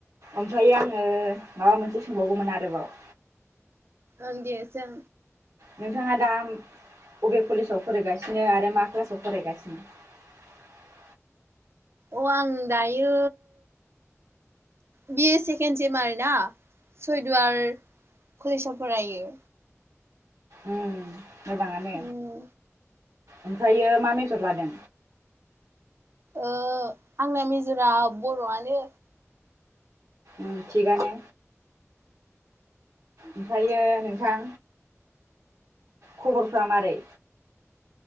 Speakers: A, on the right; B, on the right.
A: ओमफ्राय आङो माबा मोनसे सोंबावगौमोन आरोबाव
B: ओं दे सों।
A: नोंथाङा दा अबे कलेजाव फरायगासिनो आरो मा क्लासाव फरायगासिनो? <inaudible>
B: अ आं दायो बि-ए सेकेण्ड सेम आरो ना सयदुवार कलेसाव फरायो।
A: उम मोजाङानो
B: उम।
A: ओमफ्रायो मा मेजर लादों?
B: ओ आंना मेजरा बर'आनो।
A: ओं थिगानो। ओमफायो नोंथां खबरफ्रा मारै?